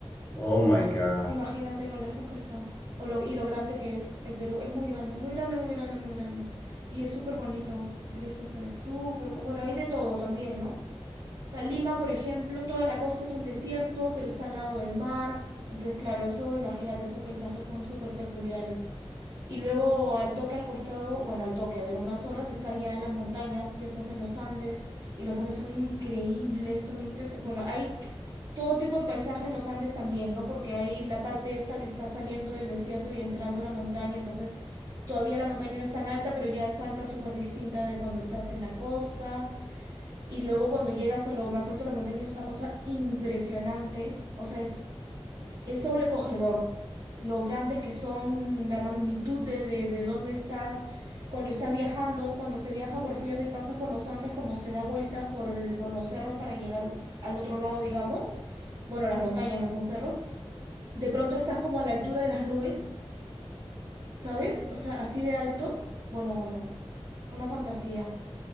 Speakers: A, on the left (about 15°); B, on the right (about 40°).
A: oh my God.
B: Imagínate lo lejos que está o lo, y lo grande que es el Perú. Es muy grande, muy grande, muy grande, muy grande. Y es súper bonito, Christopher, es súper bu- bueno. Hay de todo también, ¿no? O sea, Lima, por ejemplo, toda la costa es un desierto, pero está al lado del mar. Entonces, claro, eso, imagínate, esos paisajes son súper peculiares. Y luego al toque al costado, bueno, al toque, a ver, unas horas, estás ya en las montañas, ya estás en los Andes, y los Andes son increíbles, son impresionantes. Bueno, hay todo tipo de paisaje en los Andes también, ¿no? Porque hay la parte esta que está saliendo del desierto y entrando a la montaña, entonces todavía la montaña no es tan alta, pero ya es alta, súper distinta de cuando estás en la costa. Y luego cuando llegas a lo más alto de la montaña es una cosa impresionante, o sea, es, es sobrecogedor lo grandes que son, la magnitud de, de, de dónde estás. Cuando estás viajando, cuando se viaja por tierra y pasas por los Andes, como se da vueltas por, el- por los cerros para llegar al otro lado, digamos, bueno, las montañas no son cerros, de pronto estás como a la altura de las nubes, ¿sabes? O sea, así de alto. Bueno, bueno, una fantasía.